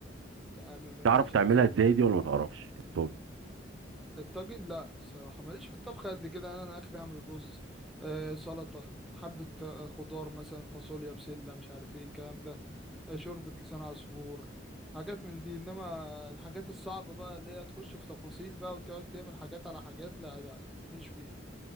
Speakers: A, in the centre; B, on the right (about 80°).
A: يا عم ماشي
B: تعرف تعملها
A: هنظبط
B: ازاي دي ولا ما تعرفش الطاجن
A: الطاجن لا الصراحة ماليش في الطبخ قد كده أنا أنا آخري أعمل رز آه سلطة حبة آه، خضار مثلا فاصوليا بسلة مش عارف ايه الكلام ده آه، شوربة لسان عصفور حاجات من دي إنما الحاجات الصعبة بقى اللي هي تخش في تفاصيل بقى وتقعد تعمل حاجات على حاجات لا لا مش فيها